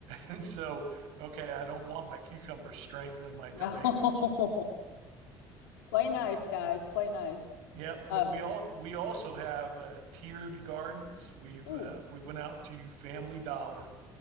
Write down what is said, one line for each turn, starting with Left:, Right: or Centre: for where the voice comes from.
Right: And so, okay, I don't want my cucumbers strangling my tomatoes.
Left: No. <laughs> Play nice, guys. Play nice.
Right: Yep, but
Left: Uh,
Right: we all we also have uh, tiered gardens. We've
Left: Oh,
Right: uh, we went out to Family Dollar